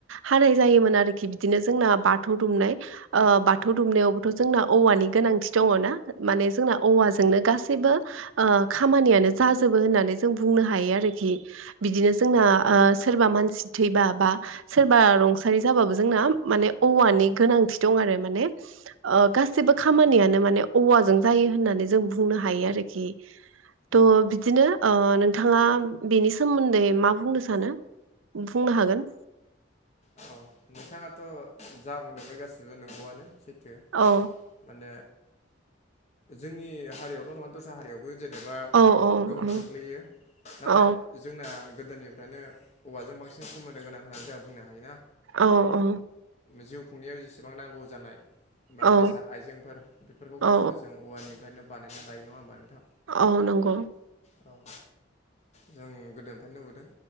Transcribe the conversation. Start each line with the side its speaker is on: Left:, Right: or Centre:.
Right: हानाय जायोमोन आरोखि बिदिनो जों जोंना बाथौ दुमनाय ओ बाथौ दुमनायावबोथ' जोंना औवानि गोनांथि दङना माने जोंना औवाजोंनो गासै बो ओ खामानियानो जाजोबो होननानै जों बुंनो हायो आरोखि बिदिनो जोंना ओ ओ सोरबा मानसि थैबा बा सोरबा रुंसारि जाबाबो जोंना माने औवानि गोनांथि। दं आरो माने अ गासिबो खामानियानो माने औवाजों जायो होननानै जों बुंनो हायो आरोखि। थ'
Left: औ औ
Right: बिदिनो ओ नोंथाङा। बेनि सोमोन्दै मा बुंनो सानो बुंनो हागोन।
Left: औ नोंथाङाथ' जा बुंदों बे गासिबो नंगौआनो सैथो
Right: औ
Left: माने। जोंनि हारियावल' नङा दस्रा हारियावबो जे नेबा
Right: औ
Left: बांसिन
Right: औ
Left: गोहोम
Right: औ
Left: खोख्लैयो नाथाय
Right: औ
Left: जोंना गो दोनिफ्रायनो औवाजों बांसिन सोमोन्दो गोनां होननानै जोंहा बुंनो हायो ना।
Right: औ औ।
Left: जिउ खुंनायाव जिसिबां नांगौ जानाय बा
Right: औ
Left: बेसाद आइजेंफोर बिफोरखौ गासिबो
Right: औ
Left: जों औवानिफ्रायनो बानायनानै लायो नङा होमबा नोंथां।
Right: औ नंगौ।
Left: औ जों गोदोनिफ्रायनो नुबोदों